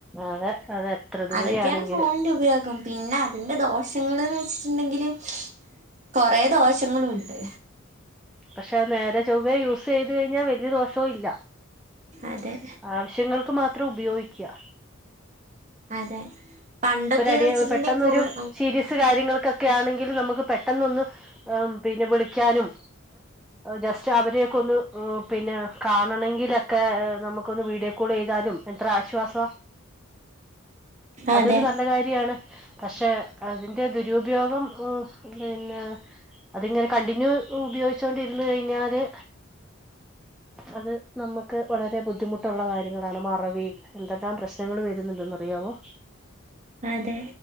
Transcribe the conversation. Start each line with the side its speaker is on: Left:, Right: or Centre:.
Centre: അതെ അതെ എത്ര ദൂരെയാണെങ്കിലും
Right: അതൊക്കെയാണ് ഫോണിന്റെ ഉപയോഗം പിന്നെ അതിന്റെ ദോഷങ്ങളും ച്ച്ണ്ടെങ്കില് കൊറെ ദോഷങ്ങളൂണ്ട്
Centre: പക്ഷെ നേരെ ചൊവ്വെ യൂസ് ചെയ്ത് കഴിഞ്ഞാൽ വല്യ ദോഷവും ഇല്ല
Right: അതെ
Centre: ആവശ്യങ്ങൾക്ക് മാത്രം ഉപയോഗിക്കുക.
Right: അതെ പണ്ടൊക്കെന്ന്
Centre: ഇപ്പൊ
Right: വെച്ചിട്ടുണ്ടെ
Centre: പെട്ടെന്നൊരു
Right: കോള്
Centre: സീരിയസ് കാര്യങ്ങൾക്കൊക്കെ ആണെങ്കിൽ നമുക്ക് പെട്ടെന്നൊന്ന് പിന്നെ വിളിക്കാനും ജസ്റ്റ്‌ അവരെയൊക്കെ ഒന്ന് പിന്നെ കാണണെങ്കിലൊക്കെ നമുക്കൊന്ന് വീഡിയോ കോൾ ചെയ്താലും എത്ര ആശ്വാസ അതൊരു
Right: അതെ
Centre: നല്ല കാര്യാണ്. പക്ഷെ അതിന്റെ ദുരുപയോഗം പിന്നെ.. അതിങ്ങനെ കണ്ടിന്യൂസ് ഉപയോഗിച്ചോണ്ടിരുന്ന് കഴിഞ്ഞാല് അത് നമ്മുക്ക് ക്ക് വളരെ ബുദ്ധിമുട്ടുള്ള കാര്യങ്ങളാണ് മറവി എന്തെല്ലാം പ്രശ്നങ്ങൾ വരുന്നുണ്ടെന്ന് അറിയാമോ?
Right: അതെ